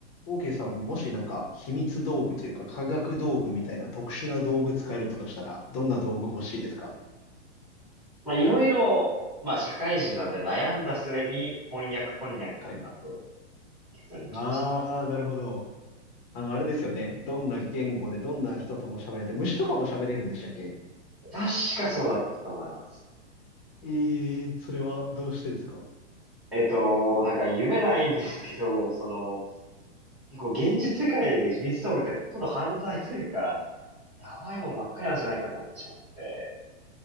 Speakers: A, on the left; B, in the centre.
A: オーケーさん、もしなんか秘密道具というか科学道具みたいな特殊な道具使えるとしたら、どんな道具欲しいですか
B: まあ、いろいろ、まあ、社会人なんで悩んだ末に、翻訳こんにゃくだと
A: はい。
B: 結論に来ましたね。
A: ああ、なるほど。あの、あれですよね。どんな言語でどんな人とも喋れて、虫とかも喋れるんでしたっけ
B: 確かそうだったと思います。
A: ええ、それはどうしてですか
B: えっと、なんか夢ないんですけど、その、結構現実世界で秘密道具ってほとんど犯罪というか、やばいもんばっかりなんじゃないかと思ってしまって。